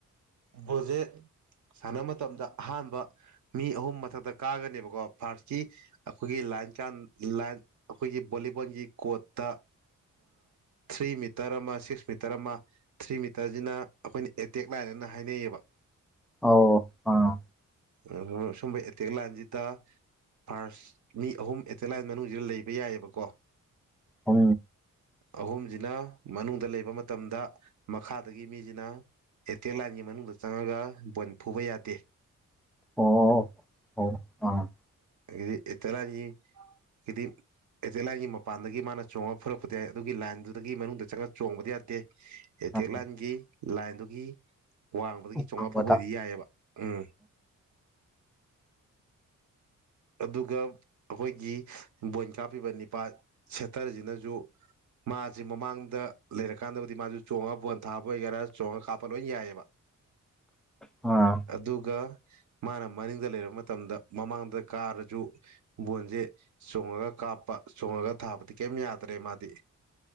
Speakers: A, on the right (about 65°); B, in the centre.
A: ꯍꯧꯖꯦ ꯁꯥꯟꯅꯕ ꯃꯇꯝꯗ ꯑꯍꯥꯟꯕ ꯃꯤ ꯑꯍꯨꯝ ꯃꯊꯛꯇ ꯀꯥꯒꯅꯦꯕꯀꯣ ꯐꯥꯔꯁꯀꯤ ꯑꯩꯈꯣꯏꯒꯤ ꯑꯩꯈꯣꯏꯒꯤ ꯕꯣꯂꯤꯕꯣꯟꯒꯤ ꯀꯠꯇ ꯊ꯭ꯔꯤ ꯃꯤꯇꯔ ꯑꯃ ꯁꯤꯛꯁ ꯃꯤꯇꯔ ꯑꯃ ꯊ꯭ꯔꯤ ꯃꯤꯇꯔꯁꯤꯅ ꯑꯩꯈꯣꯏꯅ ꯑꯦꯇꯦꯛ ꯂꯥꯏꯔꯦꯅ ꯍꯥꯏꯅꯩꯌꯦꯕ
B: ꯑ ꯑꯥ
A: ꯑ ꯁꯨꯝ ꯑꯦꯇꯦꯛꯒ ꯂꯥꯟꯁꯤꯗ ꯐꯥꯔꯁ ꯃꯤ ꯑꯍꯨꯝ ꯑꯦꯇꯔꯂꯥꯏꯁ ꯃꯅꯨꯡꯁꯤꯗ ꯂꯩꯕ ꯌꯥꯏꯑꯕꯀꯣ
B: ꯎ
A: ꯑꯍꯨꯝꯁꯤꯅ ꯃꯅꯨꯡꯗ ꯂꯩꯕ ꯃꯇꯝꯗ ꯃꯈꯥꯗꯒꯤ ꯃꯤꯁꯤꯅ ꯑꯦꯇꯦꯛ ꯂꯥꯟꯒꯤ ꯃꯅꯨꯡꯗ ꯆꯪꯉꯒ ꯕꯜ ꯐꯨꯕ ꯌꯥꯗꯦ
B: ꯑꯣ ꯑꯣ ꯑꯥ
A: ꯗꯤ ꯑꯦꯇꯅ ꯀꯗꯤ ꯑꯦꯇꯔ ꯂꯥꯏꯟꯒꯤ ꯃꯄꯥꯟꯗꯒꯤ ꯃꯥꯅ ꯆꯣꯡꯉꯒ ꯐꯨꯔꯛꯄꯗꯤ ꯌꯥꯏ ꯑꯗꯨꯒꯤ ꯂꯥꯏꯟꯗꯨꯒꯤ ꯃꯅꯨꯡꯗ ꯆꯪꯉꯒ ꯆꯣꯡꯕꯗꯤ ꯌꯥꯗꯦ ꯏꯇꯦꯛ
B: ꯑꯥ
A: ꯂꯥꯏꯟꯒꯤ ꯂꯥꯏꯟꯗꯨꯒꯤ ꯋꯥꯡꯕꯗꯒꯤ ꯆꯥꯝꯃꯉꯥ
B: ꯐꯪꯕꯗ
A: ꯐꯨꯕ ꯑꯣꯏꯗꯤ ꯌꯥꯏꯑꯕ ꯎꯝ ꯑ ꯑꯗꯨꯒ ꯑꯩꯈꯣꯏꯒꯤ ꯕꯣꯏꯟ ꯀꯥꯞꯄꯤꯕ ꯅꯤꯄꯥ ꯁꯦꯇꯔꯁꯤꯅꯁꯨ ꯃꯥꯁꯤ ꯃꯃꯥꯡꯗ ꯂꯩꯔꯀꯥꯟꯗꯕꯨꯗꯤ ꯃꯥꯁꯨ ꯆꯣꯡꯉꯒ ꯄꯣꯟ ꯊꯥꯕ ꯑꯣꯏꯒꯦꯔꯥ ꯆꯣꯡꯉꯒ ꯀꯥꯞꯄ ꯂꯣꯏ ꯌꯥꯏꯑꯕ
B: ꯑꯥ
A: ꯑꯗꯨꯒ ꯃꯥꯅ ꯃꯅꯤꯡꯗ ꯂꯩꯔꯕ ꯃꯇꯝꯗ ꯃꯃꯥꯡꯗ ꯀꯥꯔꯁꯨ ꯕꯣꯟꯁꯦ ꯆꯣꯡꯉꯒ ꯀꯥꯞꯄ ꯆꯣꯡ ꯊꯥꯗꯤ ꯀꯩ ꯌꯥꯗ꯭ꯔꯦ ꯃꯥꯗꯤ